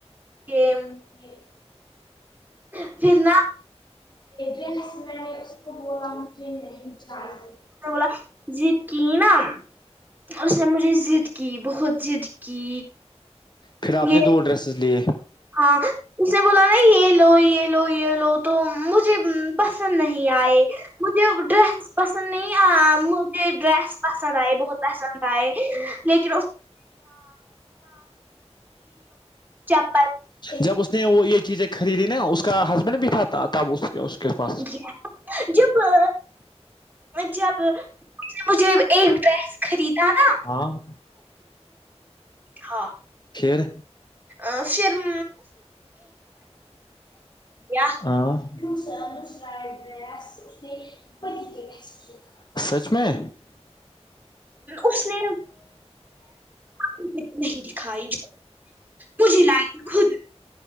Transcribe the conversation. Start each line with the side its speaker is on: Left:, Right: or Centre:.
Right: یہ
Left: جک
Right: پھر نہ
Left: یہس میں اس کو بولا مجھے نہیں چاہیے
Right: بلا جی کی نام اس نے مجھے ضد کی بہت ضد کی
Left: پھر آپ
Right: یہ
Left: نے دو ڈریسز لیے
Right: ہاں اس نے بولا نا یہ لو یہ لو یہ لو تو مجھے پسند نہیں آئے مجھے ڈریس پسند نہیں آ مجھے ڈریس پسند آئی بہت پسند لیکن چپ
Left: جب اس نے وہ یہ چیزیں خریدی نا اس کا ہسبینڈ بٹھاتا تب اس اس کے پاس
Right: گ جو پ جب مجھے ایک ڈریس خریدا نا
Left: ہاں
Right: ہاں
Left: کیر
Right: آ شرم دیا
Left: آ ان اس نے پ کے سچ میں
Right: اس نے نہیں دکھائی مجھے لائی خود